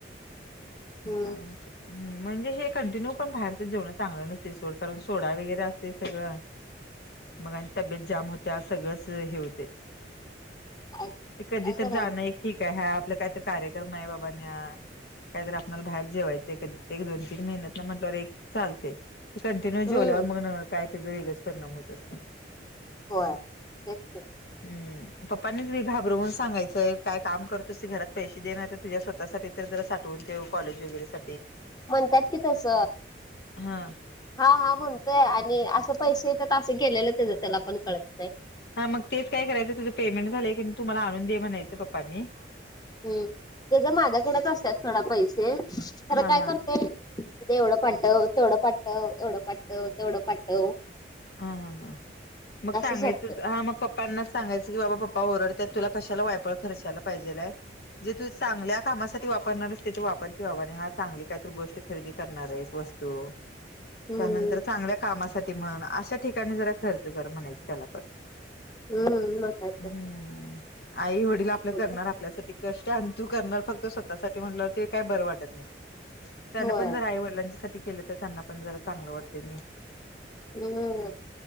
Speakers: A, on the left; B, on the left.
A: हम्म
B: चालतय ह म्हणजे हे कंटिन्यू पण बाहेरच जेवणं चांगल नसतय सोड. कारण सोडा वगैरे असतय सगळ.
A: <inaudible>
B: मग आणि तब्येत जाम होत्या. सगळंच हे होते.
A: काय
B: ते कधी
A: काय
B: तर
A: करायचं
B: जाणं एक ठीक आहे. हा आपल काहीतरी कार्यक्रम आहे बाबा न्या. काहीतरी आपल्याला बाहेर जेवायचं आहे कधी एक दोन तीन महिन्यातन म्हटल्यावर एक चालतय. कंटिन्यू जेवल्यावर
A: हम्म
B: मग काय त्याचा वेगळच परिणाम होत असते.
A: होय तेच
B: हम्म पप्पांनीच मी घाबरवून सांगायचंय काय काम करतो त ते घरात पैसे देणार तर तुझ्या स्वतःसाठी तर ज ठेव कॉलेज वगैरे सा
A: म्हणतात कि तस‌
B: हा
A: हा हा म्हणतोय आणि असं पैसे येतात असं गेलेले त्याच त्याला पण कळत नाही.
B: हा मग तेच काय करायचं तुझं पेमेंट झाय की तुम्हाला आणून दे म्हणायचं पप्पानी.
A: हम् ते जर माझ्याकडेच असतात थोडा पैसे तर
B: हा
A: काय
B: हा
A: करतेय. एवढं पाटव तेवढं पाटव एवढं पाटव तेवढं पाटव.
B: हा हा हां मग सांगायचंच
A: झोपतात
B: हा मग प् पना सांगायचं की, बाबा पप्पा ओरडतत्यात तुला कशाला वायपळ खर्चायला पाहिजेल आय. जे तू चांगल्या कामासाठी वापरणारस तेतु तू वापर कि बाबा, आणि हा चांगली काही तर गोष्ट. खरेदी करणार आहेस वस्तू
A: हम्म
B: त्यानंतर चांगल्या कामासाठी म्हण. अशा ठिकाणी जरा खर्च कर म्हणायच त्याला पण.
A: हम्म मग काय तर
B: हम्म, आई वडील आपलं
A: बघूया.
B: करणार. आपल्यासाठी कष्ट अंतू करणार फक्त स्वतःसाठी म्हटलं ते काय बरं वाटत नाही. त्यांना
A: होय
B: पण जरा आई वडिलांच्या सा केलं तर त्यांना पण जरा चांगलं वाटते नाही.
A: हो.